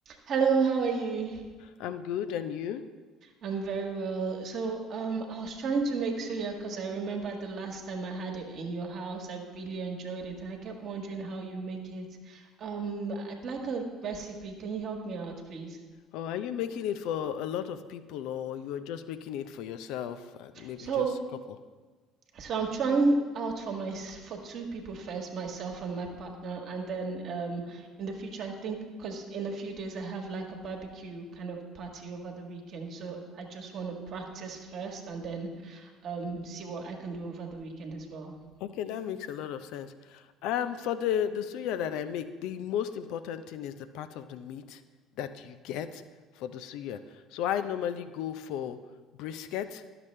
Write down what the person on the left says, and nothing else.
I'm good, and you?
Or are you making it for a lot of people, or you're just making it for yourself and maybe
just a couple?
Okay, that makes a lot of sense. Um, for the the suya that I make, the most important thing is the part of the meat that you get for the suya. So I normally go for brisket.